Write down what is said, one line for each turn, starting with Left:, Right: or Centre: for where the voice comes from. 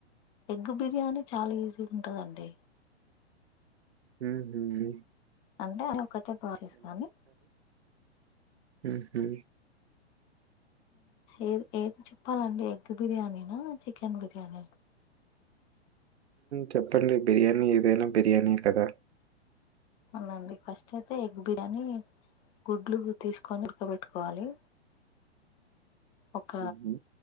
Left: ఎగ్ బిర్యానీ చాలా ఈజీ ఉంటుందండి
Right: ఉహూ
Left: అంటే అది ఒకటే ప్రాసెస్ కానీ
Right: ఆహా
Left: ఏ ఏది చెప్పాలండి ఎగ్ బిర్యానీనా చికెన్ బిర్యానీ
Right: చెప్పండి బిర్యానీ ఏదైనా బిర్యానీ కదా
Left: అవునండి ఫస్ట్ అయితే ఎగ్ బిర్యానీ గుడ్లు తీసుకొని ఇకబెట్టుకోవాలి ఒక
Right: హుహు.